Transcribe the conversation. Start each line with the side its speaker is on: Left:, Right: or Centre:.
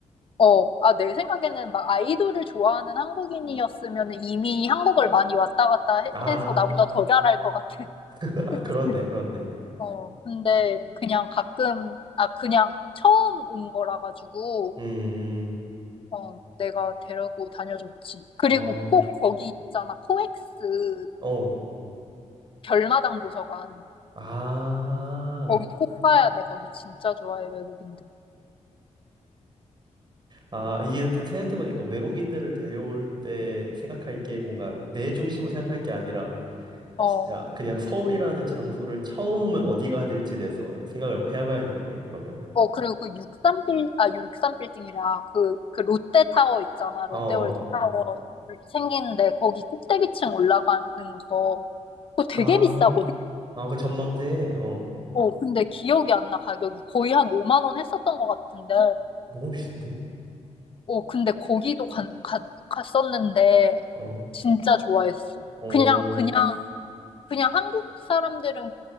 Left: 어. 아, 내 생각에는 막 아이돌을 좋아하는 한국인이었으면 이미 한국을 많이 왔다 갔다 해,
Right: 아,
Left: 해서 나보다 더 잘할 것 같아.
Right: <laughs> 아,
Left: <laughs>
Right: 그렇네,
Left: 그치?
Right: 그렇네.
Left: 어, 근데 그냥 가끔, 아, 그냥 처음 온 거라 가지고,
Right: 음,
Left: 어, 내가 데리고 다녀줬지. 그리고
Right: 음. 어,
Left: 꼭 거기 있잖아. 코엑스
Right: 어.
Left: 별마당 도서관.
Right: 아,
Left: 거기 꼭 가야 돼. 거기 진짜 좋아해, 외국인들.
Right: 아, 이게 또 생각해보니까 외국인들을 데려올 때 생각할 게 뭔가 내 중심을 생각할 게 아니라
Left: 어,
Right: 진짜 그냥 서울이라는 장소를 처음 오면 어디 가야 될지에 대해서 생각을 해봐야겠네, 그러면.
Left: 어, 그리고 그 63빌, 아, 육삼빌딩이라 그, 그 롯데타워 있잖아. 롯데월드
Right: 어, 어.
Left: 타워 생기는데 거기 꼭대기층 올라가는 거. 그거 되게
Right: 아,
Left: 비싸거든?
Right: 아, 그 전망대, 어.
Left: 어, 근데 기억이 안 나, 가격이. 거의 한 5만 원 했었던 것 같은데.
Right: 너무 비싼데?
Left: 어, 근데 거기도 간, 가, 갔었는데
Right: 어,
Left: 진짜 좋아했어.
Right: 어.
Left: 그냥, 그냥, 그냥 한국 사람들은